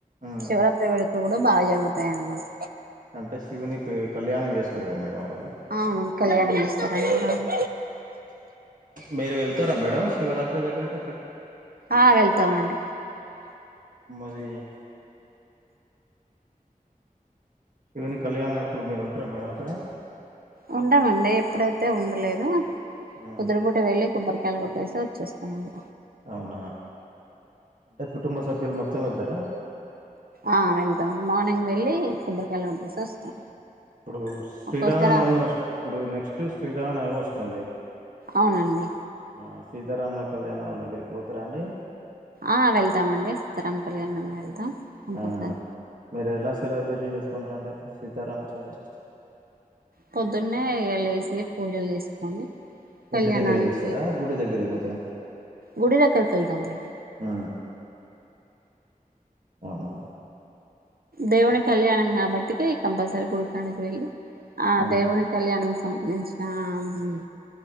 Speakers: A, on the right; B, on the right.
A: ఉమ్
B: శివరాత్రి వేళ ట్లు కూడా బాగా జరుగుతాయి. అన్నమాట
A: అంటే శివుని పేరు కళ్యాణం చేస్తారు కదా మేడం ఆ రోజు
B: ఆ కళ్యాణమె స శ్రీరామ్
A: మీరు వెళ్తార మేడమ్ శివరాత్రి దగ్గరక
B: ఆయ్ వెళ్తామండి
A: రె శివుని కళ్యాణం ఎప్పుడు మీరు ఉంటరా మేడం అక్కడ
B: ఉండమండి ఎప్పుడైతే ఉండలేదు
A: ఆ
B: పొద్దున పూట వెళ్లి కొబ్బరి కాయలు గొట్టేసి వచ్చేస్తాండి
A: అవునా అంటె కుటుంబ సభ్యులు మొత్తం వెళ్తరా ్
B: ఆ వెళ్తామండి మార్నింగ్ వెళ్ళి కొబ్బరికాయలు కోట్టేసి వస్తాం
A: ఇప్పుడు శ్రీరామనవమి
B: ఒక్కోసారి
A: ఇప్పుడు నెక్స్ట్ శ్రీరామనవమి వస్తుంది సుంది
B: ఆవునండి
A: ఆ సీతారాముల కళ్యాణం దగ్గరికి పోతరా అండి
B: ఆ వెళ్తామండి సీతారాము కళ్యాణం వెళ్తాం ఇంకో
A: ఆ
B: సార్
A: మీరు ఎలా సెలబ్రేషన్ చేసుకుంటాంటె అక్కడ సీతారామ కళ్యాణ్
B: పొద్దున్నే ఇగ లేసి పూజలు చేసుకొని
A: ఇంటి
B: కళ్యాణానికి
A: దగ్గర్కి వస్తదా
B: వెళ్ళి
A: గుడి దగ్గర్కి పోతారా
B: గుడి దగ్గరకి వెళ్తామండి
A: ఆ గానా
B: దేవుని కళ్యాణం కాబట్టికి కంపల్సరీ గుడికాడకి వెల్లి ఆ
A: ఉమ్
B: దేవునికి కళ్యాణం కొంపదించి నా ఉమ్